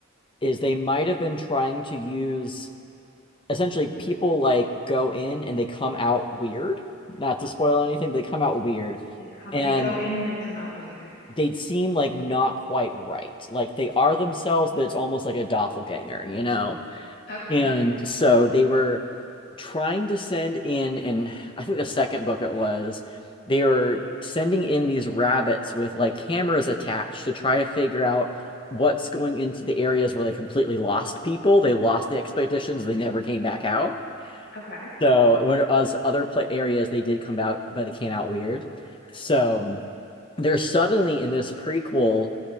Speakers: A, on the left; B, on the left.
A: is they might have been trying to use essentially people like go in and they come out weird. Not to spoil anything, they come out weird
B: they come,
A: and
B: they go in and they come out weird.
A: they seem like not quite right. Like they are themselves, but it's almost like a doppelganger, you know?
B: Okay,
A: And so they were trying to send in, and I think the second book it was, they were sending in these rabbits with like cameras attached to try to figure out what's going into the areas where they completely lost people. They lost the expeditions, they never came back out.
B: okay.
A: So whereas other play areas they did come out, but they came out weird. So they're suddenly in this prequel